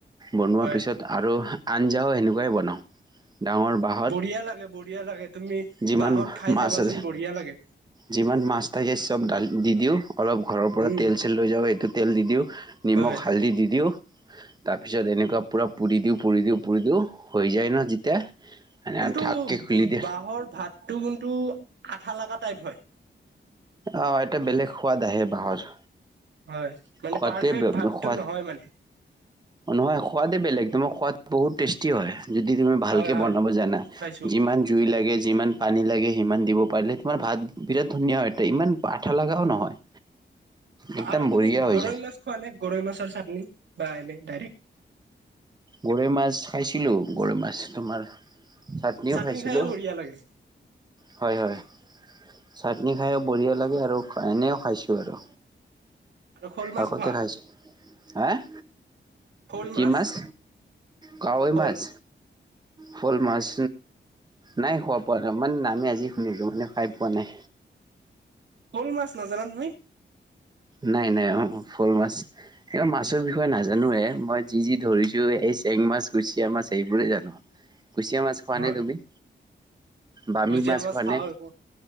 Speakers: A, on the right; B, on the right.
A: বনোৱাৰ
B: হয়
A: পিছত আৰু আঞ্জাও সেনেকুৱাই বনাওঁ, ডাঙৰ বা
B: বঢ়িয়া লাগে, বঢ়িয়া লাগে তুমি
A: যিমান
B: বাঁহত খাই
A: মাছ
B: চাবাচোন
A: আছে
B: বঢ়িয়া লাগে।
A: যিমান মাছ থাকে চব দালিত দি দিওঁ, অলপ ঘৰৰ পৰা
B: উম
A: তেল চেল লৈ যাওঁ এইটো তেল দি দিওঁ নিমখ,
B: হয়
A: হালধি দি দিওঁ তাৰপিছত এনেকুৱা পুৰা পুৰি দিওঁ পুৰি দিওঁ পুৰি দিওঁ হৈ যায় ন যেতিয়া এনে
B: কিন্তু
A: ঢাককে খুলি দিয়ে
B: বাহঁৰ ভাতটো কিন্তু আঠা লগা টাইপ হয়।
A: অ' এটা বেলেগ সোৱাদ আহে বাঁহৰ।
B: হয়, মানে
A: সোৱাদে
B: পাৰফেক্ট ভাতটো
A: সোৱাদ
B: নহয় মানে।
A: নহয়, সোৱাদেই বেলেগ তোমাৰ সোৱাদ বহুত টেষ্টি হয়। যদি তুমি ভালকে
B: হয় হয়
A: বনাব জানা,
B: খাইছো খাইছো
A: যিমান জুই লাগে যিমান পানী লাগে সিমান দিব পাৰিলে তোমাৰ ভাত বিৰাট ধুনীয়া হয়। ইমান আঠা লগাওঁ নহয়। একদম
B: আৰু
A: বঢ়িয়া
B: তুমি
A: হৈ
B: গৰৈ
A: যায়
B: মাছ খোৱা নে? গৰৈ মাছৰ চাটনি বা এনেই ডাইৰেক্ট
A: গৰৈ মাছ খাইছিলো, গৰৈ মাছ তোমাৰ চাটনিও
B: চাটনি
A: খাইছিলো
B: খাইে বঢ়িয়া লাগে
A: হয় হয় চাটনি খায়ো বঢ়িয়া লাগে, আৰু এনেও খাইছোঁ বাৰু।
B: আৰু শ'ল মাছ
A: আগতে
B: খোৱা
A: খাইচো, হা'?
B: শ'ল
A: কি মাছ?
B: শ'ল
A: কাৱৈ
B: শ'ল
A: মাছ, শ'ল মাছ নাই খোৱা পোৱা নাই, মানে নামে আজি শুনিলোঁ মানে খাই পোৱা নাই।
B: শ'ল মাছ নাজানা তুমি?
A: নাই নাই, অ' শ'ল মাছ এই মাছৰ বিষয়ে নাজানোয়ে, মই যি যি ধৰিছো এই চেং মাছ, কুচিয়া মাছ, সেইবোৰে জানো। কুচিয়া মাছ খোৱা
B: হয়
A: নে তুমি? বামি
B: কুচিয়া মাছ
A: খোৱা
B: খাওঁ
A: নে
B: ব